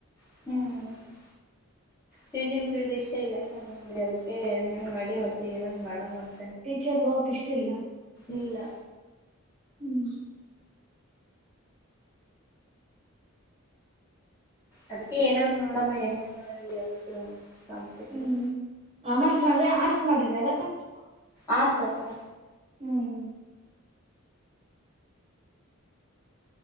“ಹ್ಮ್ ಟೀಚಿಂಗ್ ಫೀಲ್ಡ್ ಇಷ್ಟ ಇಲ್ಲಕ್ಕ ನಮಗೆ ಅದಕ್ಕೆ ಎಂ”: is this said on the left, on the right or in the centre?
Left